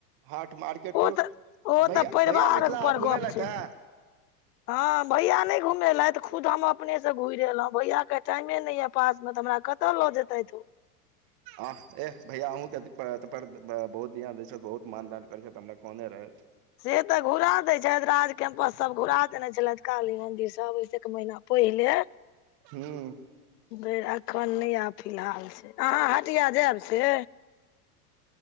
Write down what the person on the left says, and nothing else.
ओ
तऽ ओ
तऽ परिवार
पर
गप छै
ने हँ भैया नहि घुमेलथि खुद हम अपनेसँ घुरि एलौ भैयाके टाइमे नहि यै। पास मे तऽ हमरा कतऽ लऽ जेतैथ ओ।
से तऽ घुरा देय छैथ राज कैंपस सब घुरा देने छलेथि काली मंन्दिर त अबैस एक महिना पहिले
बेर एखन नहि आब फिलहाल से अहाँ हटिया जैब से